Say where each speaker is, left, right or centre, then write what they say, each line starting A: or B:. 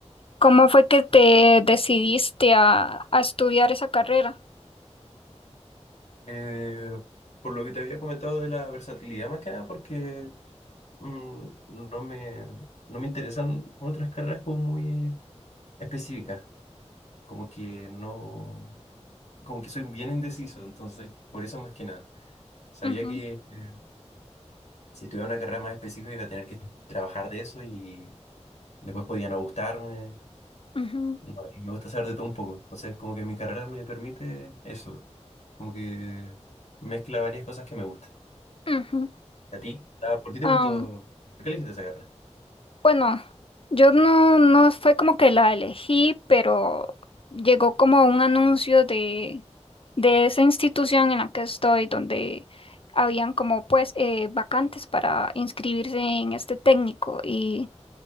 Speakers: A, on the left; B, on the left.
A: cómo fue que te decidiste a, a estudiar esa carrera?
B: Eh, por lo que te había comentado de la versatilidad, más que nada porque mm, no me, no me interesan otras carreras como muy específicas. como que no, como que soy bien indeciso, entonces, por eso más que nada. Sabía
A: Ujú,
B: que eh, si tuviera una carrera más específica iba a tener que trabajar de eso y después podía no gustarme,
A: ujú,
B: no, y me gusta saber de todo un poco, entonces como que mi carrera me permite eso, como que mezcla varias cosas que me gustan.
A: ujú.
B: ¿A ti? Ah, ¿Por qué te
A: Am,
B: gustó? ¿Por qué elegiste esa carrera?
A: bueno, yo no, no fue como que la elegí, pero llegó como un anuncio de, de esa institución en la que estoy, donde habían como pues eh, vacantes para inscribirse en este técnico y